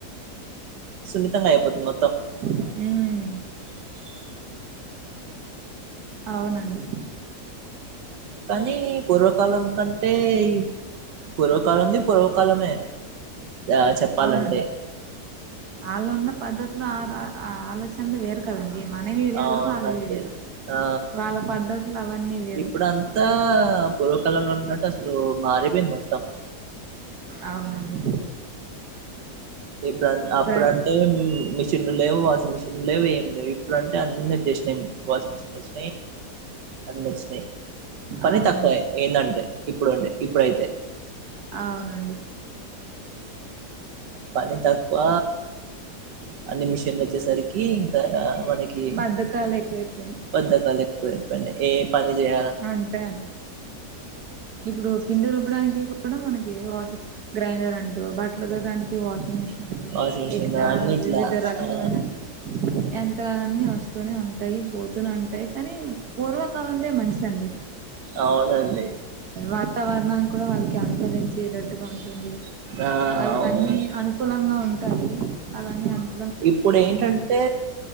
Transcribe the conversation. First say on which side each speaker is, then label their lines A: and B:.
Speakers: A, on the right; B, on the right.
A: సున్నితంగా అయిపోతుంది మొత్తం
B: హమ్ అవునండి
A: కానీ పూర్వకాలం కంటే ఈ పూర్వకాలంని పూర్వ కాలమే ఆ చెప్పాలంటే
B: అవునండి ఆళ్ళు ఉన్న పద్ధతులు ఆలోచనలు వేరు కదండి మనవి వేరు
A: అవునండి
B: వాళ్ళవి వేరు
A: ఆ
B: వాళ్ళ పద్ధతులు అవన్నీ వేరు
A: ఇప్పుడంతా పూర్వకాలంలో ఉన్నట్టు అసలు మారిపోయింది మ తమ
B: అవునండి
A: ఇప్పుడు అప్పుడంటే
B: ప్రతి
A: మిషన్లు లేవు వాషింగ్ మిషన్ లేవు ఏమి ఇప్పుడు అంటే అన్ని వచ్చసినాయి వాషింగ్ మిషన్ వచ్చ అ నచ్చాయి పని
B: అవునండి
A: తక్కువ ఏందంటే ఇప్పుడు అండి ఇప్పుడైతే
B: అవునండి
A: పని తక్కువ అన్ని మిషన్లు వచ్చేసరికి ఇంకా మనకి
B: బద్ధకాలు ఎక్కువైపోయినయి
A: బద్దకాల ఎకువపో ఏ పని చేయ
B: అంతే అడి ఇప్పుడు పిండి రుబ్బుడు మన వాష గ్రైండర్ అంటూ బట్టల ద వాష మిషన్ంట
A: వాషింగ్ మిషిన్
B: ఇట్లా
A: అన్నిట్లా
B: వివిధ రకాలైన
A: ఆ
B: యంత్రాలన్నీ వస్తూనే ఉంటా ఉంటాయి పోతూనే ఉంటాయి కానీ పూర్వకాలం లే మంచి అండి
A: అవునండి
B: వాతావరణాం కూడా వాళ్ళకి అనుకూలించేటట్టుగా ఉంటుంది
A: ఆ
B: వాళ్ళకన్ని
A: అవును
B: అనుకులంగా ఉంట గని అలానే అంట
A: ఇప్పుడు ఏంటంటే